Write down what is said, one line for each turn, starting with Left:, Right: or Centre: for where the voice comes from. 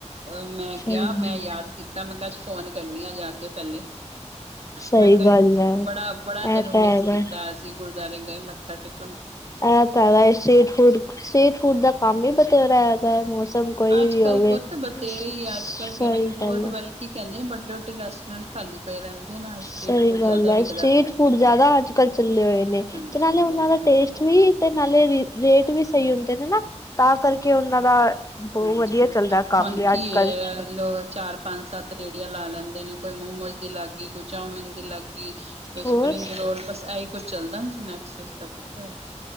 Right: ਮੈਂ
Left: ਸਹੀ
Right: ਕਿਹਾ
Left: ਗੱਲ
Right: ਮੈਂ ਯਾਦ ਕੀਤਾ ਮੈਂ ਕਿਹਾਜ ਫੋਨ ਕਰਨੀ ਆ ਜਾ ਕੇ ਪਹਿਲੇ
Left: ਸਹੀ
Right: ਮੈਂ ਕਈ
Left: ਗੱਲ ਹੈ।
Right: ਬੜਾ ਬੜਾ
Left: ਇਹ
Right: ਤੈਨੂੰ
Left: ਤਾਂ
Right: ਮਿਸ
Left: ਹੈਗਾ
Right: ਕੀਤਾ ਅਸੀਂ ਗੁਰਦੁਆਰੇ ਗਏ ਮੱਥਾ ਟੇਕ
Left: ਇਹ ਤਾਂ ਸਟਰੀਟ ਫੂਡ ਸਟਰੀਟ ਫੂਡ ਦਾ ਕੰਮ ਹੀ ਬਥੇਰਾ ਹੈਗਾ ਹੈ ਮੌਸਮ ਕੋਈ
Right: ਅੱਜ-ਕੱਲ
Left: ਵੀ ਹੋਵੇ।
Right: ਪੁੱਤ ਬਥੇਰੇ
Left: ਸਹੀ
Right: ਅੱਜ ਕੱਲ ਕਹਿੰ ਕਿ ਬਹੁਤ
Left: ਗੱਲ ਹੈ
Right: ਵਤਲ ਕੀ ਕਹਿੰਦੇ ਨੇ ਵੱਡੇ ਵੱਡੇ ਰੈਸਟੋਰੈਂਟ ਖਾਲੀ ਪਏ ਰਹਿੰਦੇ ਨਾ
Left: ਸਹੀ
Right: ਸਟਰੀਟ ਫੂਡ
Left: ਗੱਲ
Right: ਜ਼ਿਆਦਾ
Left: ਹੈ
Right: ਵਿਕਦਾ
Left: ਸਟ੍ਰਰੀਟ
Right: ਪਿਆ
Left: ਫੂਡ ਜਿਆਦਾ ਅੱਜ ਕਲ ਚੱਲੇ ਹੋਏ ਨੇ ਕਿਨਾਂ
Right: ਹਾਂਜੀ
Left: ਨੇ
Right: ਹਾਂਜੀ
Left: ਉਹਨਾਂ ਦਾ ਟੇਸਟ ਵੀ ਤੇ ਨਾਲੇ ਰੇਟ ਵੀ ਸਹੀ ਹੁੰਦੇ ਨੇ ਨਾ ਤਾਂ ਕਰਕੇ ਉਹਨਾਂ ਦਾ ਬਹੁਤ
Right: ਹਾਂ
Left: ਵਧੀਆ ਚੱਲਦਾ ਕੰਮ
Right: ਹੁਣ
Left: ਵੀ
Right: ਕੀ
Left: ਅੱਜ ਕੱਲ
Right: ਹੈ ਲੋ ਚਾਰ- ਪੰਜ ਸੱਤ ਰੇੜੀਆਂ ਲਾ ਲੈਂਦੇ ਨੇ ਕੋਈ ਮੋਮੋਜ਼ ਦੀ ਲੱਗ ਗਈ ਕੋਈ ਚਾਮਿਨ ਦੀ ਲਾਗ ਗਈ ਕਿ
Left: ਹੋਰ
Right: ਸਪਰਿੰਗ ਰੋਲ ਬਸ ਇ ਕੁਛ ਚੱਲਦਾ ਨੀ ਸਨੈਕਸ ਇਸਦਾ ਕੁਤਰ